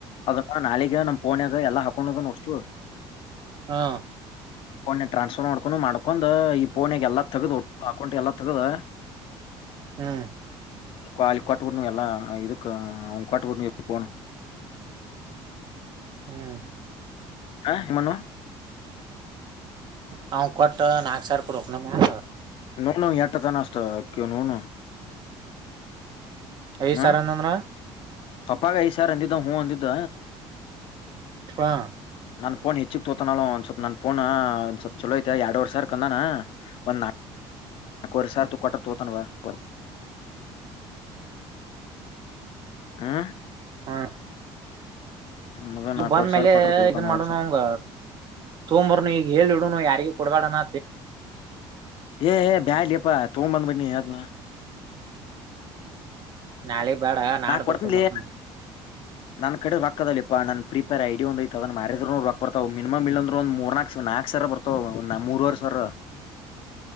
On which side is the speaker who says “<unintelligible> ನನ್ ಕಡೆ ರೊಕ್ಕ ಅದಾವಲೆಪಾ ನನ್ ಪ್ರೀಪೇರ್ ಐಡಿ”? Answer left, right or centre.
Left